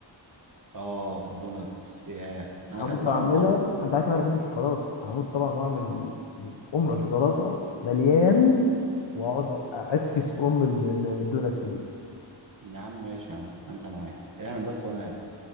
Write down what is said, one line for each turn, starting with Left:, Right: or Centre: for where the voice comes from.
Right: اه الدونات ياه أنا
Left: هموت
Right: أكلتها
Left: واعملها
Right: من بره
Left: انت عارف إن انا بحب الشوكولاته هموت طبعا واعمل ام شوكولاته مليان واقعد ادفش في ام ال- ال- الدوناتس دي
Right: يا عم ماشي يا عم أنا معاك اعمل بس وأنا هاكل